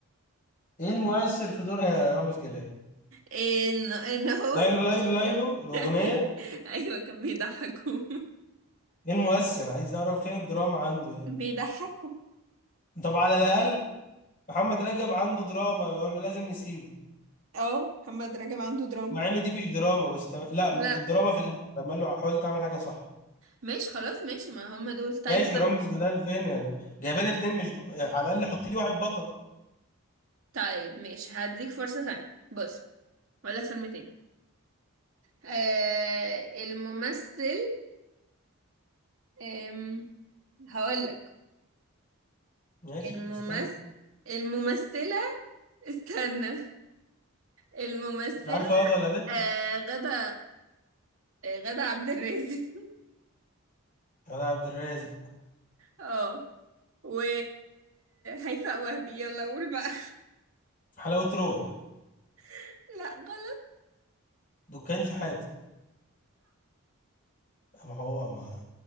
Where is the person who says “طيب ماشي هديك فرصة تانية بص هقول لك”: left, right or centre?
Right